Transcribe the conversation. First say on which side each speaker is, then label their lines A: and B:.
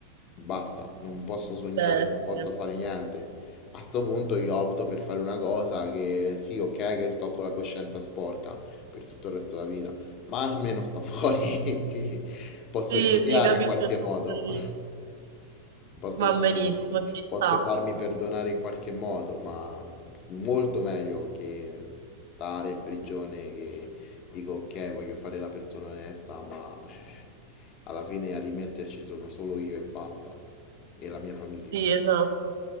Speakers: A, on the left; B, on the right.
A: basta, non posso sognare,
B: Beh,
A: non
B: sì.
A: posso fare niente. A sto punto io opto per fare una cosa che sì, ok, che sto con la coscienza sporca per tutto il resto della vita, ma almeno sto fuori. <laughs> Posso
B: Sì,
A: rimediare
B: sì, capisco
A: in qualche
B: il tuo
A: modo.
B: punto di vista.
A: <laughs> Posso
B: Va
A: rimediare.
B: benissimo, ci sta.
A: Posso farmi perdonare in qualche modo, ma molto meglio che stare in prigione che Dico, ok, voglio fare la persona onesta, ma eh, alla fine a rimetterci sono solo io e basta, e la mia famiglia.
B: Sì, esatto,